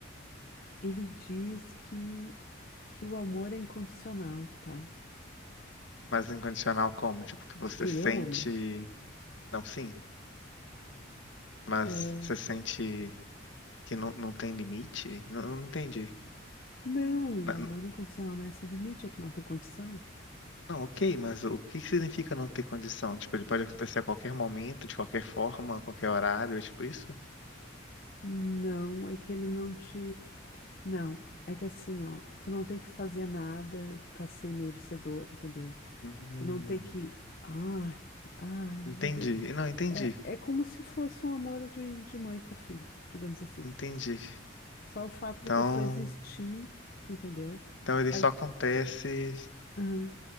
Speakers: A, on the left (about 45°); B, on the left (about 65°).
A: Ele diz que, que o amor é incondicional, tá?
B: Mas incondicional como? Tipo, que você
A: Ele
B: sente.
A: é homem.
B: Não, sim, mas
A: É,
B: você sente que não, não tem limite? Não, não entendi.
A: não,
B: Na-
A: amor incondicional não é sem limite, é que não tem condição.
B: Não, ok, mas o que que significa não ter condição? Tipo, ele pode acontecer a qualquer momento, de qualquer forma, a qualquer horário, é tipo isso?
A: Não, é que ele não te. Não, é que assim, ó, tu não tem que fazer nada pra ser merecedor, entendeu?
B: Hum.
A: Tu não tem que. Ai, ai, meu
B: Entendi.
A: Deus.
B: Não, entendi.
A: É, é como se fosse um amor de, de mãe pra filho, digamos assim.
B: Entendi.
A: Só o fato
B: Então,
A: da pessoa existir, tu entendeu?
B: então ele
A: Aí,
B: só acontece
A: aham,